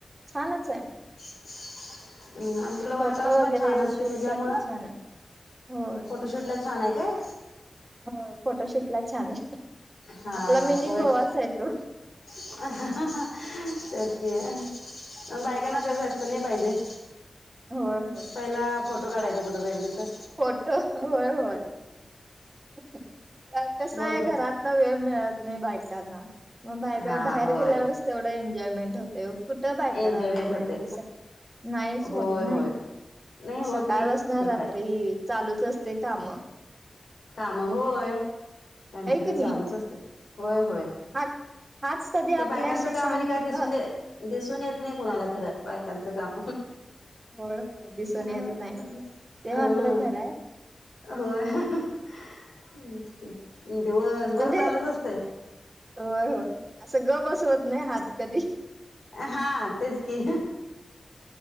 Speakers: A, on the right; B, on the left.
A: छानच आहे.
B: <unintelligible> तिकडं वातावरण
A: फोटो वगैरे
B: पण छान असते
A: शूट
B: त्याच्यामुळं
A: साठी छान आहे होय
B: फोटोशूटला छान आहे काय?
A: हो फोटोशूट ला छान आहे
B: हा
A: आपला मिनी
B: होय
A: गोवाच आहे तो.
B: तेच की बायकांना तेज्या <unintelligible> नाही पाहिजे.
A: होय होय
B: पहिला फोटो काढायचा कुठं तरी तिथं.
A: फोटो होय होय तर कसं
B: मग
A: आहे
B: दुसरं
A: घरात ना वेळ मिळत नाही बायकांना मग बायका
B: हा
A: बाहेर
B: होय
A: गेल्यावरच तेवढं एन्जॉयमेंट होते ओ. कुठं बायकाांना
B: एन्जॉयमेंट
A: वेळ
B: होते
A: मिळतेयस नाहीच होत
B: होय
A: नाही.
B: होय नाही होत
A: सकाळ
B: नाही
A: पासनं
B: ते
A: रात्री
B: काय
A: चालूच असते कामं.
B: कामं होय कंटिन्यू
A: की नाही.
B: चालूच असतेत होय होय.
A: हात हाच कधी आपल्याशी
B: ते बायकांच काम
A: शांत
B: आणि काय दिसून
A: अ,
B: दे दिसून येत नाही कुणाला खरं बायकांचं काम
A: होय होय दिसून
B: हं
A: येत नाही
B: हं
A: ते
B: अं.
A: मात्र खरं आहे
B: होय हेच की दिवसभर
A: म्हणजे
B: चालूच असतय.
A: होय होय असं गप्प बसवत नाही हात कधी.
B: हा तेच की.